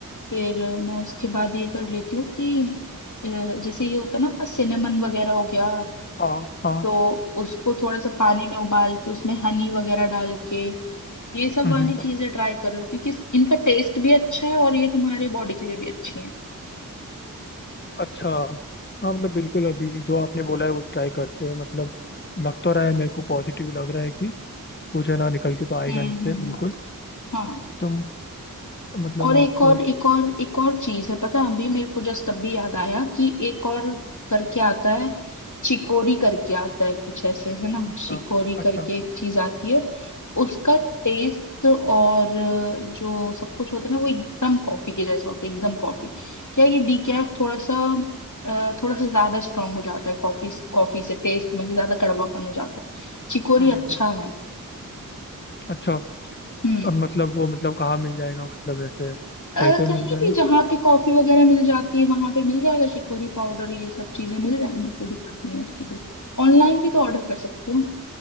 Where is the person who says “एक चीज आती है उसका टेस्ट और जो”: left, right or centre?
Left